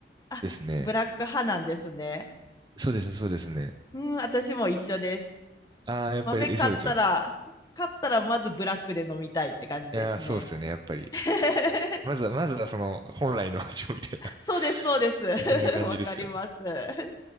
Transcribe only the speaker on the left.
あ、
ブラック派なんですね。
うん、私も一緒です。
豆買ったら、買ったらまずブラックで飲みたいって感じですね。
<laughs>
そうです、そうです。<laughs>
わかります。